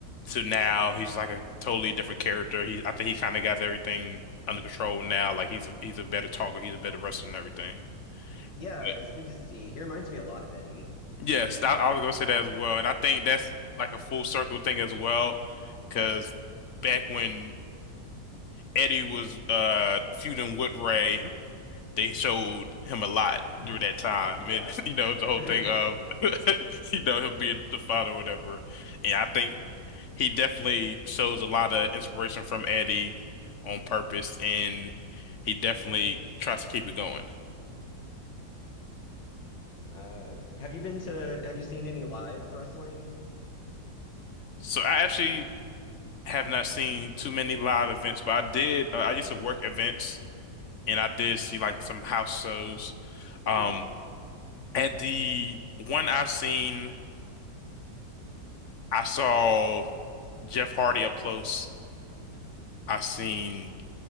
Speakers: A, on the left (about 55°); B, on the left (about 85°).
A: to now, he's like a totally different character. He I think he kind of got everything under control now. Like he's he's a better talker, he's a better wrestler and everything.
B: Yeah,
A: But
B: it's good to see. He reminds me a lot of Eddie.
A: yes, I, I was gonna say that as well, and I think that's like a full circle thing as well, because back when Eddie was uh feuding with Ray. They showed him a lot
B: <laughs>
A: during that time,
B: Yeah.
A: and <laughs> you know the whole
B: <laughs>
A: thing of <laughs> you know him being the father or whatever. And I think He definitely shows a lot of inspiration from Eddie on purpose, and he definitely tries to keep it going.
B: Uh, have you been to? Have you seen any live wrestling?
A: So I actually have not seen too many live events, but I did. Uh, I used to work events, and I did see like some house shows. Um,
B: Cool.
A: at the one I have seen, I saw Jeff Hardy up close. I seen